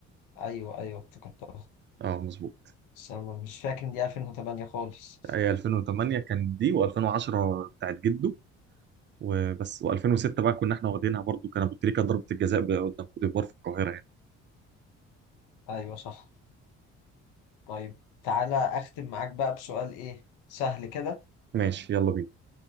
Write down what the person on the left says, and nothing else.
ايوه ايوه افتكرتها
بس انا مش فاكر ان دي 2008 خالص
ايوه صح طيب تعالى اختم معاك بقى بسؤال ايه سهل كده